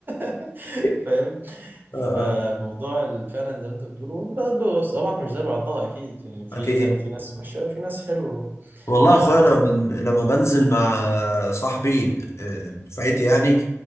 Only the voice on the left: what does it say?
<laughs>
اه اه
اكيد
والله يا اخويا انا
من لما بنزل مع صاحبي آه، دفعتي يعني